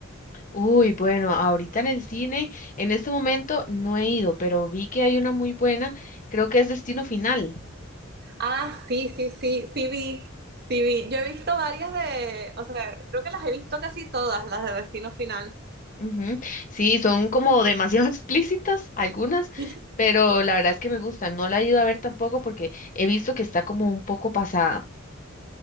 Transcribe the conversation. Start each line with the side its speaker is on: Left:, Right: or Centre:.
Left: Uy, bueno, ahorita en el cine, en este momento no he ido, pero vi que hay una muy buena, creo que es Destino Final.
Right: Ah, sí, sí, sí, sí vi, sí vi. Yo he visto varias de, o sea, creo que las he visto casi todas, las de Destino Final.
Left: Ujú. Sí, son como demasiado <laughs> explícitas algunas,
Right: <laughs>
Left: pero la verdad es que me gustan. No la he ido a ver tampoco porque he visto que está como un poco pasada.